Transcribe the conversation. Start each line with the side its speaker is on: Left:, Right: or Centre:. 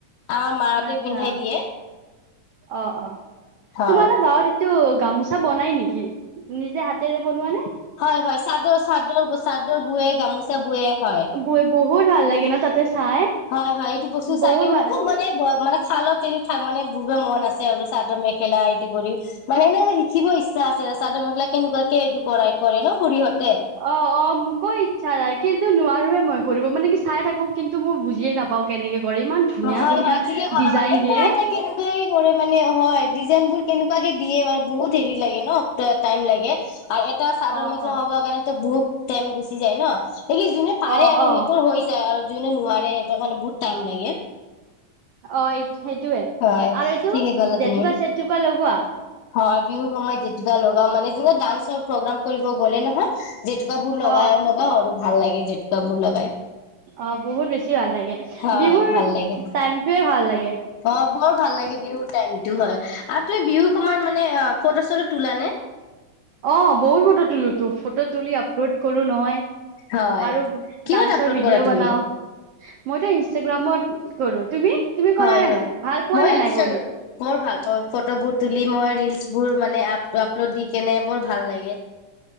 Left: আমাৰ মাহঁতে
Right: আচ্ছা
Left: পিন্ধাই দিয়ে
Right: অ অ
Left: হয়।
Right: তোমাৰ গাঁৱত এইটো গামোচা বনাই নেকি নিজে হাতেৰে বনোৱা নে
Left: হয় হয় চাদৰ চাদৰ চাদ বে গামোচা বে হয়
Right: ব বহুত ভাল লাগে ন তাতে চাই
Left: হয় হয় এইটো বস্তু চাইে
Right: বহুত
Left: মোৰ
Right: ভাল
Left: খুব মানে মানে খালত এৰি মানে বহুে মন আছে আৰু চাদৰ মেখেলা ইদি কৰি মানেই শিকিব ইচ্ছাছে চাদৰ মেখেলা কেনেুৱাক কি এইটো কৰা কৰে ন খুৰিীহত
Right: অ অ মোকো ইচ্ছা নাই কিন্তু নোৱাৰোৱে মই কৰিব মানে কি চাই থাকো কিন্তু মই বুজিয়ে নাপাওঁ কেনেকে কৰে ইমান ধুনীয়া
Left: হয়
Right: ধুনীয়া
Left: হয় ঠিকে কৰা
Right: ডিজাইন
Left: মানে এটা
Right: দিয়ে
Left: এটা কেনেকুৱাই কৰে মানে হয় ডিজাইনবোৰ কেনেকুৱে দিয়ে মান বহুত হেৰি লাগে ন স টাইম লাগে আৰু এটা চাদৰ
Right: অ
Left: মেখা
Right: অ
Left: হব কাৰণে বুত তেম ঘুচি যায় ন সকি যোনে পাৰে
Right: অ
Left: আৰু
Right: অ
Left: সিহঁতৰ হৈ যায় আৰু যনে নোৱাৰে সেইটো কাৰণে বহুত টাইম লাগে
Right: অ এই সেইটোৱে
Left: হয়
Right: আৰু এইটো
Left: ঠিকে ক'লা
Right: জেেতুকা
Left: তুমি
Right: চেতুকা লগোৱা
Left: হয় বিহু সময়ত জেতুকাা লগাও মানে যে ডান্সৰ প্ৰগ্ৰাম কৰিব গ'লে নহয় জেতুকা বোৰ লগা
Right: অ
Left: লগা হ ভাল লাগে জেতুকাবোৰ লগাই
Right: অ বহুত বেছি ভাল লাগে
Left: হয়
Right: বিহুত
Left: ভাল লাগে
Right: টাইম য়ে ভাল লে
Left: অ বৰ ভাল লাগে বিহুৰ টাইমতটো হয় আৰু তই বিহু সময়ত মানে অ ফটো চটো তোল নে
Right: অ বৌ মত তলো তো ফটো তুলি আপলোড কৰো নহয়
Left: হয়
Right: আৰু
Left: কিহত
Right: ডান্সৰ
Left: আপলোড
Right: ভিডিঅ'
Left: কৰা তুমি
Right: বনাও মইতো ইনষ্টাগ্ৰামত কৰো তুমি তুমি
Left: হয়
Right: কৰা নে
Left: হয়
Right: নাই ভাল পোৱা
Left: মই
Right: নে
Left: ই
Right: নাই কৰি
Left: মোৰ ভাল ফটোবোৰ তুলি মই ৰৰিলচ বোৰ মানে আপ আপলোড দি কেনে বৰ ভাল লাগে